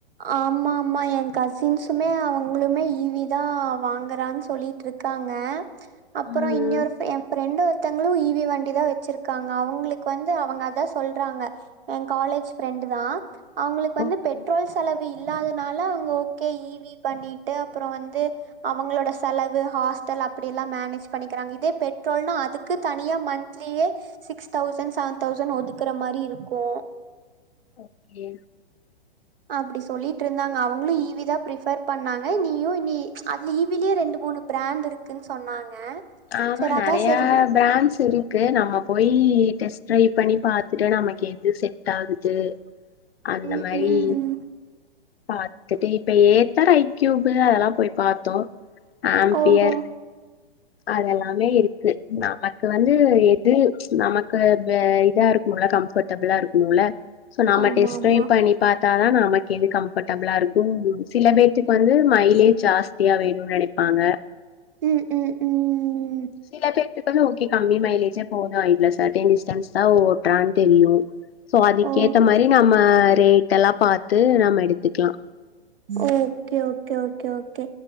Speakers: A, on the right; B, on the left.
A: ஆமா ஆமா என் கசின்ஸ்மே அவங்களுமே ஈவிதா வாங்குறான் சொல்லி ட்ருக்காங்க அப்புற
B: ம்
A: இன்னொரு என் ஃப்ரெண்டு ஒருத் த்தங்களு ஈவி வண்டி தா வச்சிருக்காங்க அவங்களுக்கு வந்து அவங்க அதா சொல்றாங்க எ காலேஜ் ஃப்ரெண்ட் தா அவங்களுக்கு வந்து
B: ஓகே
A: பெட் ரோல் செலவு இல்லாதனால அவங்க ஓகே ஈவி பண்ணிட்டு அப்புற வந்து அவங்களோட செலவு ஹாஸ்டல் அப்டி எல்லா மேனேஜ் பண்ணிக்கிறாங்க இதே பெட்ரோல்ன்னா அதுக்கு தனியா மண் ட்லயே சிக்ஸ் தௌசண்ட் செவ தௌசண்ட் ஒதுக்குற மாரி இருக்கு
B: ஓகே
A: அப்டி சொல்லிட்டு இருந்தாங்க அவங்களு ஈவிதா பிரிஃபர் பண்ணாங்க நீயு நீ அதுல ஈவிலயே ரெண்டு மூணு பிராண்ட் இருக்குன் சொன்னாங்க
B: ஆமா
A: செரி
B: நெறைய
A: அதா செரி
B: பிராண்ட்ஸ் இரு கு நம்ம போய் டெஸ்ட் டரை பண்ணி பாத்துட்டு நமக்கு எது செட் ஆகுது அந்த
A: ம்
B: மாரி
A: ம்
B: பா வந்துட்டு இப்ப ஏத்த ஐக்யூபு அதெல்லா போய் பாத்தோ ஆம்பியர்
A: ஓஹோ
B: அதெல்லாமே இருக்கு நமக்கு வந்து எது நமக்கு இதா இருக்குல கம் ஃபடபலா இருக்கணுல சோ நம்ம
A: ஆமா
B: டெஸ்ட்
A: ஆமா
B: டிரைவ் பண்ணி பாத்தாதா நமக்கு எது கம்ஃபர்டபிளா இருக்கு சில பேத்தக்கு வந்து மைலேஜ் ஜாஸ்தியா வேணுன் நெனைப்பாங்க
A: ம் ம் ம்
B: சில பேத்துக்கு வந்து ஓகே கம்மி மைலேஜே போது இவ்ளோ சர்ட்டன் டிஸ்டன்ஸ் தா ஓட்றான் தெரியு சோ அதுக்கேத்த
A: ஓ
B: மாரி நம்ம ரேட் எல்லா பாத்து நம்ம எடுத்துக்லா
A: ஓகே ஓகே ஓகே ஓகே